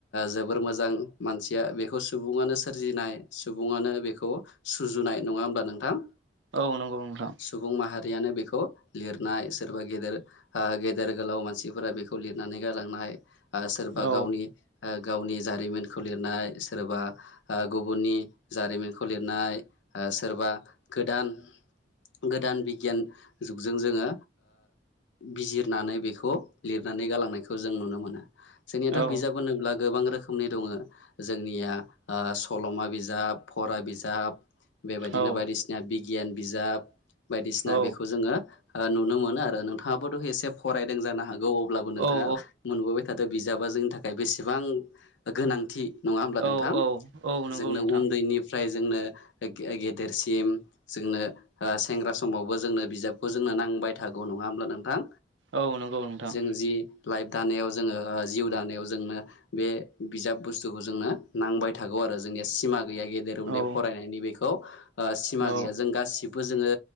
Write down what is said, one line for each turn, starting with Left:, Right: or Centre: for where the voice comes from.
Left: जोबोर मोजां मानसिया बेखौ सुबुङानो सोरजिनाय सुबुङानो बेखौ सुजुनाय नङा होमब्ला नोंथां?
Right: औ नंगौ नोंथां।
Left: सुबुं माहारियानो बेखौ लिरनाय सोरबा गेदेर गेदेर गोलाव मानसिफोरा बेखौ लिरनानै गालांनाय सोरबा
Right: औ
Left: गावनि गावनि जारिमिनखौ लिरनाय सोरबा गुबुननि जारिमिनखौ लिरनाय सोरबा गोदान गोदान बिगियान जुगजों जोङो बिजिरनानै बेखौ लिरनानै गालांनायखौ जों नुनो मोनो जोंनियाथ'
Right: औ
Left: बिजाब होनब्ला गोबां रोखोमनि दङ जोंनिया सल'मा बिजाब फरा बिजाब बिज बेबायदिनो
Right: औ
Left: बायदिसिना बिगियान बिजाब बायदिसिना
Right: औ
Left: बेखौ जोङो नुनो मोनो आरो नोंथाङाबोथ' एसे फरायदों जानो हागौ अब्लाबो
Right: औ
Left: नोंथाङा मोनबोबाय बिजाबा जोंनि थाखाय बेसेबां गोनांथि नङा होमब्ला
Right: औ
Left: नोंथां
Right: औ औ नंगौ
Left: जोंनो
Right: नोंथां
Left: उन्दैनिफ्राय जोंनो गेदेरसिम जोंनो सेंग्रा समावबो जोंनो बिजाबखौ जोंनो नांबाय थागौ नङा होमब्ला नोंथां
Right: औ नंगौ नोंथां
Left: जों जि लाइफ दानायाव जोङो जिउ दानायाव जोंनो बे बिजाब बुस्थुखौ जोंनो नांबाय थागौ आरो जोंनि सिमा गैया गेदेर उन्दै
Right: औ
Left: फरायनायनि बेखौ सिमा
Right: औ
Left: गैया जों गासिबो बो जोङो